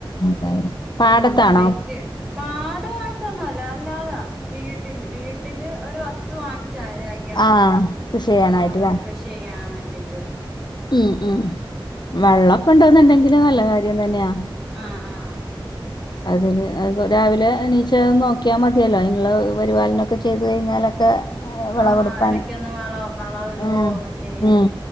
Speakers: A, on the left; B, in the centre.
A: അതായിരിക്കും പാടത്താണോ
B: കുടുംബശ്രീക്ക് പാടമായിട്ടൊന്നുംല്ല അല്ലാതെ വീട്ടില് വീട്ടില് ഒരു വസ് തുവാങ്ങി ച്ചായ്ആയിരം ആയി
A: ആഹ് കൃഷി ചെയ്യാനായിട്ട്ല്ലേ
B: ആഹ് അവിടെ കൃഷി ചെയ്യാൻ വേണ്ടീട്ട്
A: ഉം ഉം വെള്ളമൊക്കെ ഉണ്ടോന്നുണ്ടെങ്കില് നല്ല കാര്യം തന്നെയാ
B: ആ ഹ്ആഹ്
A: അതിന് രാവിലെ എനീച്ച നോക്കിയാൽ മതിയല്ലോ അതിനുള്ള പരിപാലനമൊക്കെ ചെയ്തു കഴിഞ്ഞാലൊക്കെ ഏ, വിളവെടുപ്പാന്
B: ആഹ ഇടക്കൊന്ന് വളം വള ഇടുവോ
A: ഉം
B: മറ്റേ
A: ഉം